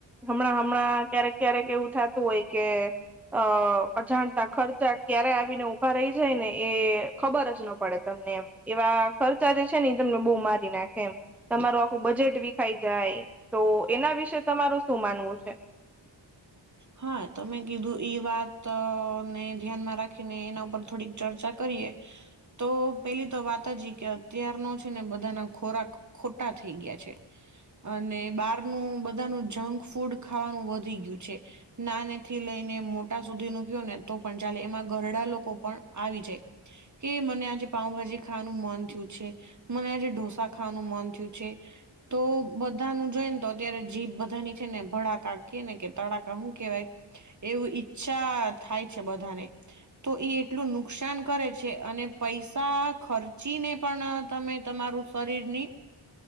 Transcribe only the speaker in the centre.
હમણાં હમણાં ક્યારેક ક્યારેક એવું થતું હોય કે અ અજાણતા ખર્ચા ક્યારે આવીને ની રહી જાય ને એ ખબર જ ન પડે તમને એમ એવા ખર્ચા જે છે ને તમને બહુ મારી નાખે એમ. તમારું આખું બજેટ વિખાઈ જાય તો એના વિશે તમારું શું માનવું છે.